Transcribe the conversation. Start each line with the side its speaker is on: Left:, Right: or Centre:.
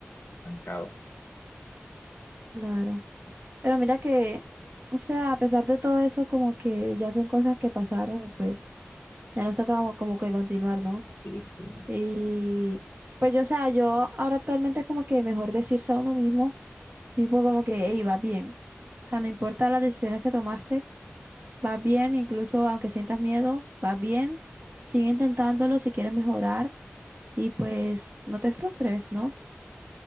Left: estancado.
Right: claro. Pero mira que, o sea, a pesar de todo eso, como que ya son cosas que pasaron y pues ya nos toca como, como que continuar, ¿no?
Left: Sí, sí.
Right: Y pues yo, o sea, yo ahora actualmente es como que mejor decirse a uno mismo, tipo como que, hey, vas bien. O sea, no importa las decisiones que tomaste. Vas bien, incluso aunque sientas miedo, vas bien. Sigue intentándolo si quieres mejorar y pues no te frustres, ¿no?